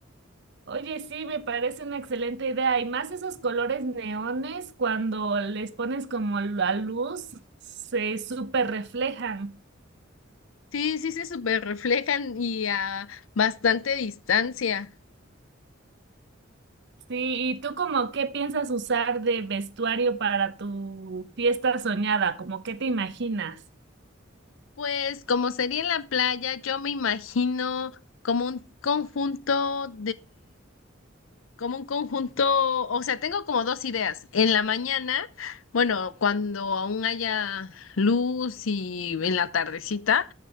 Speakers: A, on the right; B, on the left.
A: Oye, sí, me parece una excelente idea. Y más esos colores neones, cuando les pones como la luz, se súper reflejan.
B: Sí, sí se super reflejan y a bastante distancia.
A: Sí, ¿y tú como qué piensas usar de vestuario para tu fiesta soñada? ¿Cómo qué te imaginas?
B: Pues como sería en la playa, yo me imagino como un conjunto como un conjunto, o sea, tengo como dos ideas. En la mañana, bueno, cuando aún haya luz y en la tardecita,